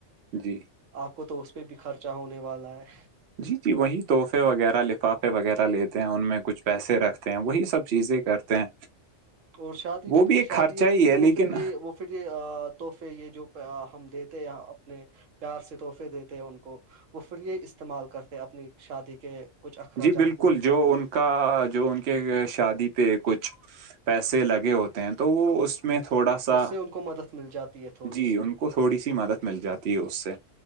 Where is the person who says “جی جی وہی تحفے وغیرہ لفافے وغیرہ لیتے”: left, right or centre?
Right